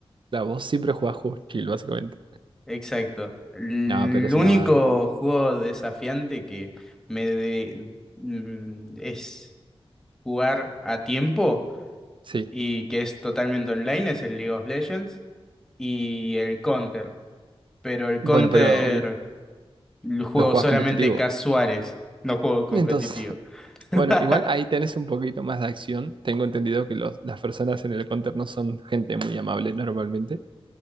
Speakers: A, on the right; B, in the centre.
A: La voz siempre jugás juegos chill, básicamente.
B: Exacto. El
A: No, pero es
B: único
A: una banda.
B: juego desafiante que me de- mm, es jugar a tiempo
A: Sí.
B: y que es totalmente online es el League of Legends y el Counter. Pero el
A: Bueno,
B: Counter
A: pero l-
B: lo juego
A: lo jugás
B: solamente
A: competitivo.
B: casuales, no juego competitivo.
A: Entonces, <laughs>
B: <laughs>
A: bueno, igual ahí tenés un poquito más de acción. Tengo entendido que los- las personas en el counter no son gente muy amable normalmente.